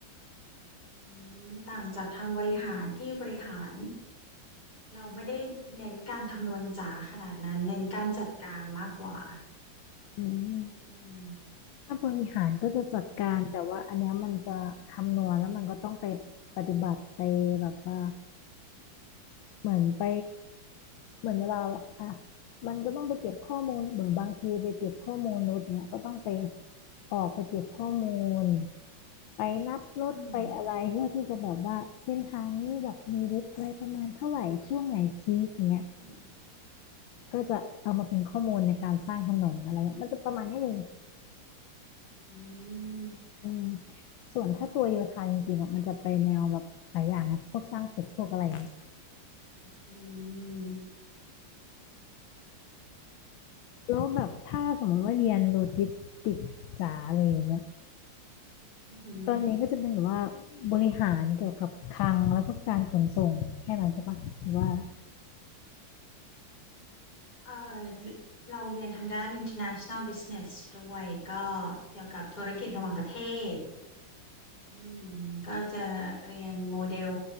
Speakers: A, on the left; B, on the left.
A: อืมต่างจากทางบริหารที่บริหารเราไม่ได้เน้นการคำนวณจ๋าขนาดนั้นเน้นการจัดการมากกว่า
B: อืม
A: อืม
B: ถ้าบริหารก็จะจัดการแต่ว่าอันเนี้ยมันจะคำนวณแล้วมันก็ต้องไป
A: ใช่
B: ปฏิบัติไปแบบว่าเหมือนไป เหมือนเวลาอ่ะมันก็ต้องไปเก็บข้อมูลเหมือนบางทีไปเก็บข้อมูลรถเนี่ยก็ต้องไปออกไปเก็บข้อมูลไปนับรถไปอะไรเพื่อที่จะแบบว่าเส้นทางนี้แบบมีรถอะไรประมาณเท่าไหร่ช่วงไหนพีคอย่างเงี้ย
A: อืมอืม
B: ก็จะเอามาเป็นข้อมูลในการสร้างถนนอะไรเงี้ยมันจะประมาณนี้เลย
A: อืม
B: อืมส่วนถ้าตัวโยธาจริงๆอ่ะมันจะไปแนวแบบหลายอย่างไงพวกสร้างตึกพวกอะไรเงี้ย
A: อืม
B: แล้วแบบถ้าสมมติว่าเรียนโลจิสติกส์จ๋าอะไรอย่างเงี้ย
A: อือหือ
B: ตอนเรียนก็จะเป็นแบบว่าบริหารเกี่ยวกับคลังแล้วก็การขนส่งแค่นั้นใช่ปะหรือว่า
A: เอ่อเราเรียนทางด้าน international business ด้วยก็เกี่ยวกับธุรกิจระหว่างประเทศ อืมก็จะเรียนโมเดล